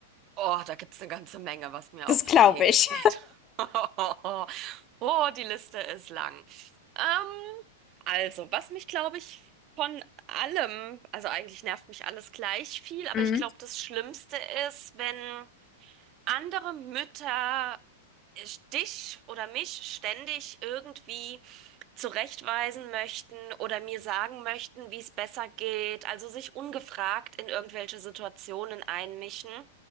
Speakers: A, on the right; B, on the left.
A: Oh, da gibt's eine ganze Menge, was mir
B: Das
A: auf
B: glaube
A: den Keks
B: ich.
A: geht. <laughs> Oh, die Liste ist lang. Ähm, also, was mich, glaube ich, von allem, also eigentlich nervt mich alles gleich viel, aber
B: Mhm.
A: ich glaube, das Schlimmste ist, wenn andere Mütter äh, dich oder mich ständig irgendwie zurechtweisen möchten oder mir sagen möchten, wie es besser geht, also sich ungefragt in irgendwelche Situationen einmischen.